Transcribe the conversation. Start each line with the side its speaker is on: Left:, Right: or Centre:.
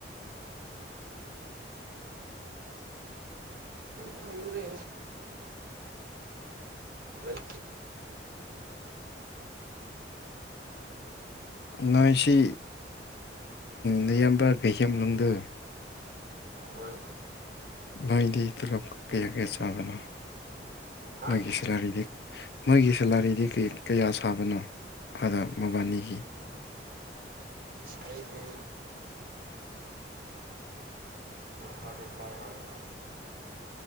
Right: ꯈ꯭ꯔꯦ ꯔꯟ
Left: ꯅꯣꯏꯁꯤ ꯅꯌꯥꯝꯕ ꯕꯍꯦꯝꯂꯨꯝꯗ
Right: ꯍꯣꯏ
Left: ꯃꯣꯏꯗꯤ ꯇꯂꯣꯞ ꯀꯌꯥ ꯀꯌꯥ ꯆꯥꯕꯅꯣ
Right: ꯍꯥ
Left: ꯃꯣꯏꯒꯤ ꯁꯦꯂꯔꯤꯗꯤ ꯃꯣꯏꯒꯤ ꯁꯦꯂꯥꯔꯤꯗꯤ ꯀꯌꯥ ꯁꯥꯕꯅꯣ ꯑꯥꯗ ꯃꯕꯥꯅꯤꯒꯤ
Right: ꯑꯩꯒꯤ ꯈꯔꯥꯏ ꯍꯥꯏ